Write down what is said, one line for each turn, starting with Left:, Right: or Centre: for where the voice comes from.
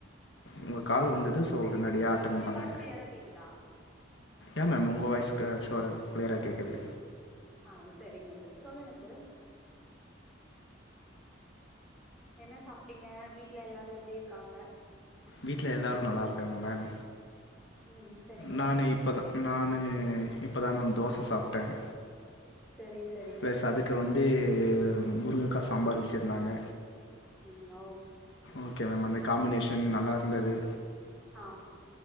Left: உங்க கால் வந்தது சோ உடனடியா அட்டென்ட் பண்ணே
Centre: வாய்ஸ் கிளியரா கேக்குதா
Left: ஏன் மேம் உங்க வாய்ஸ் <unintelligible> சூர் மேம் க்ளியரா கேக்குது
Centre: ஆஹ் செரிங்க சார் சொல்லுங்க சார் என்ன சாப்பிட்டீங்க வீட்டுல எல்லாரும் எப்படி இருக்காங்க
Left: வீட்ல எல்லாரும் நல்லா இருக்காங்க மேம்
Centre: ம் சரிங்க
Left: நானு
Centre: சார்
Left: இப்பதான் நானு இப் இப்போ தான் மேம் தோசை சாப்பிட்டேன்
Centre: சரி சரிங்க
Left: பிளஸ்
Centre: சார்
Left: அதுக்கு வந்து முரு அக்கா சாம்பார் வெச்சிருந்தாங்க
Centre: ம் ஓ
Left: ஓகே மேம் அந்த காம்பினேஷன் நல்லா இருந்தது
Centre: அ